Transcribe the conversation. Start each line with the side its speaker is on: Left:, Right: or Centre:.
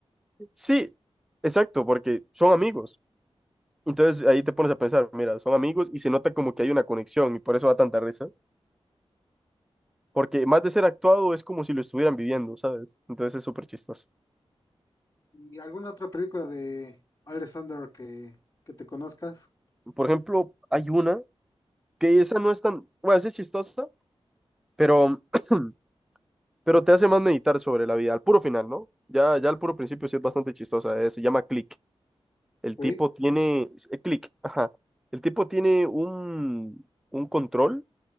Centre: Sí, exacto, porque son amigos. Entonces ahí te pones a pensar, mira, son amigos y se nota como que hay una conexión y por eso da tanta risa. Porque más de ser actuado es como si lo estuvieran viviendo, ¿sabes? Entonces es súper chistoso.
Left: ¿Y alguna otra película de Alexander que, que te conozcas?
Centre: Por ejemplo, hay una que esa no es tan, bueno, esa es chistosa, pero, <clears throat> pero te hace más meditar sobre la vida, al puro final, ¿no? Ya, ya al puro principio sí es bastante chistosa, eh, Se llama Click. El
Left: Creed.
Centre: tipo tiene, eh, Click, ajá. El tipo tiene un, un control